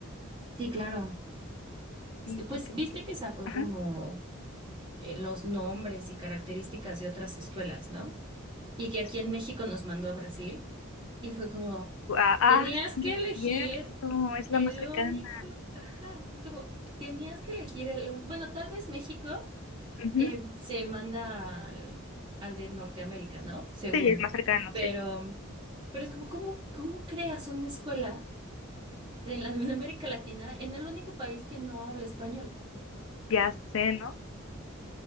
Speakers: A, on the right (about 25°); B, on the left (about 75°).
A: Sí, claro.
B: Sí,
A: Sí, Pues
B: porque
A: viste que sacó
B: Ajá.
A: como eh, los nombres y características de otras escuelas, ¿no? y que aquí en
B: sí.
A: México nos mandó a Brasil. Y fue como,
B: Ah, ah,
A: tenías
B: sí,
A: que
B: es
A: elegir
B: cierto, es
A: el
B: la más cercana.
A: único, ajá, es como, tenías que elegir el, un- bueno, tal vez México
B: Ujú,
A: eh, se manda al, al de Norteamérica, ¿no? Según,
B: Sí, es más cercano,
A: pero,
B: sí.
A: pero es como, ¿cómo, cómo creas una escuela de la de América Latina en el único país que no habla español?
B: Ya sé, ¿no?